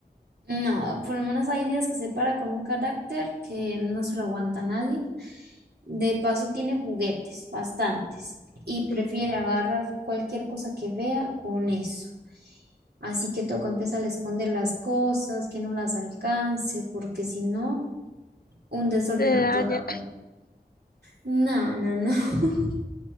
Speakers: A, on the right; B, on the left.
A: No, por lo menos hay días que se para con un carácter que no se lo aguanta nadie. De paso tiene juguetes, bastantes, y prefiere
B: Sí.
A: agarrar cualquier cosa que vea con eso. Así que toca empezar a esconder las cosas, que no las alcance, porque si no, un desorden
B: Se daña.
A: a toda hora. No, no, no. <laughs>